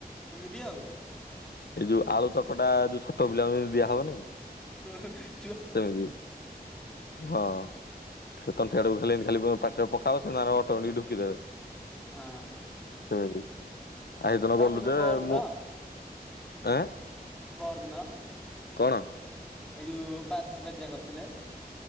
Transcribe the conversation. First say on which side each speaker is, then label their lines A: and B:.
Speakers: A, in the centre; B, on the left (about 80°).
A: ଏମିତି ଆଉ।
B: ଏଇ ଯୋଉ ଆଳୁ ଚକଟା ଯୋଉ ଛୋଟ ପିଲାଙ୍କୁ ଦିଆହବନି
A: ହୁଁ ହୁଁ ହିଁ।
B: ସେମିତି ହଁ ଖାଲି ତଣ୍ଟି ଆଡକୁ ଖାଲି ଏମିତି ଖାଲି ପ ପାଟିରେ ପକ ଥାଉ ସେ ନା ଅଟୋମେଟିକ ଢୁକି ଦେବେ।
A: ହଁ।
B: ସେମିତି ଆଇଦିନ
A: ଏଟା
B: ଗଲୁ
A: କୋଉଦିନ
B: ଯେ
A: ପରଦିନ
B: ମୁଁ ଆଁ
A: ପରଦିନ
B: କଣ?
A: ଏଇ ଯୋଉ ପାତପାଜିଆ କରିଥିଲେ।